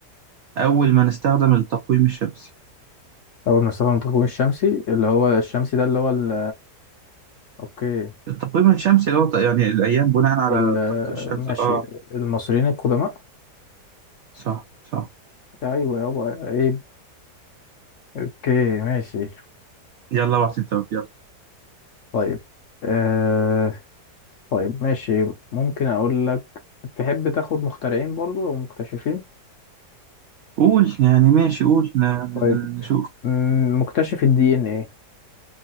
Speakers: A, on the right; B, on the left.
A: أول ما نستخدم التقويم الشمسي
B: اول مصطفى المتقوم الشمسي اللي هو الشمسي ده اللي هو ال اوكي
A: التقويم الشمسي اللي هو ت- يعني الأيام بناء على
B: ال
A: تق- الشمس
B: ماشي
A: آه
B: المصريين القدماء
A: صح صح
B: ايوه يابا ايه اوكي ماشي
A: يلا بعت أنت بقى، يلا
B: طيب آه... طيب ماشي ممكن اقول لك تحب تاخد مخترعين برضو او مكتشفين
A: قول يعني ماشي قول ن- ن-
B: طيب
A: نشوف
B: مم، مكتشف الدي ان ايه